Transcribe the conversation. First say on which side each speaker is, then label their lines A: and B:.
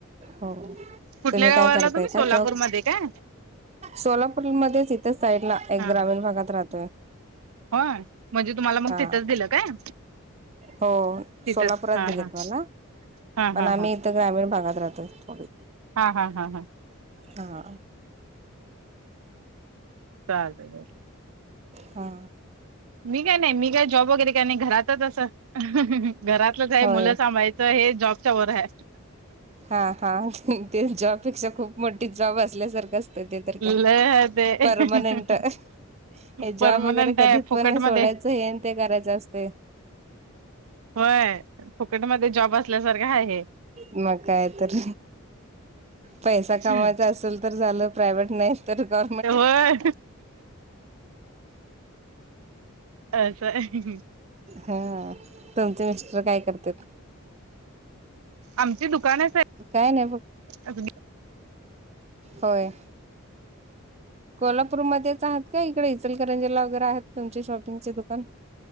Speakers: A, on the right; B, on the right.
A: हो
B: कुठल्या
A: तुम्ही काय
B: गावाला
A: करताय
B: तुम्ही सोलापूरमध्ये
A: का जाॅब
B: काय
A: सोलापूरमध्येच इथे साईड ला एक
B: हा
A: ग्रामीण भागात राहतोय
B: होय म्हणजे तुम्हाला मग
A: हा
B: तिथंच दिलं काय?
A: हो
B: तिथंच
A: सोलापुरात
B: हा
A: दिलेत
B: हा
A: मला
B: हा हा
A: पण आम्ही
B: हा
A: इथ ग्रामीण भागात राहतोय थोडी
B: हा हा हा हां
A: हा
B: चालतय ग
A: हा
B: मी काय नाही मी काय जॉब वगैरे का नाही घरातच असं घरात कुठल काय
A: होय
B: मुलं सांभाळायचं हे जॉबच्या वर हाय
A: हा हा ते जॉबपेक्षा खूप मोठी जॉब असल्यासारखं असतं ते तर काय
B: लय हे ते
A: परमनंट हे
B: परमनंट
A: जॉब वगैरे कधी
B: आहे फुकट
A: पण सोडायचं
B: मध्ये
A: हेन ते करायचं असतंय
B: होय फुकट मध्ये जॉब असल्यासारखा हाय हे
A: मग काय तर पैसा कमायचा
B: हे
A: असेल तर झालं प्रायव्हेट नाही तर गो
B: ते व्हय अस आहे
A: हा तुमचे मिस्टर काय करत्यात
B: आमचे दुकानच आहे
A: काय नाही बघ
B: अग् <inaudible>
A: होय कोल्हापूरमध्येच आहात का इकडे इचलकरंजीला वगैरे आहेत तुमचे शॉपिंगचे दुकान